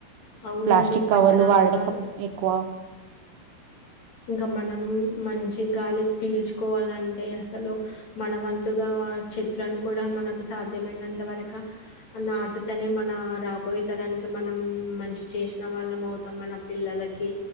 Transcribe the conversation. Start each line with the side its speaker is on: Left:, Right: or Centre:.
Left: అవునండి
Right: ప్లాస్టిక్ కవర్లు
Left: పట్టణాల్లో
Right: వాడటకం ఎక్కువ
Left: ఇంకా మనం మంచి గాలి పీల్చుకోవాలంటే అసలు మన వంతుగా చెట్లను కూడా మనకు సాధ్యమైనంత వరక నాటుతనే మన రాబోయే తరానికి మనం మంచి చేసిన వాళ్ళం అవుతాం మన పిల్లలకి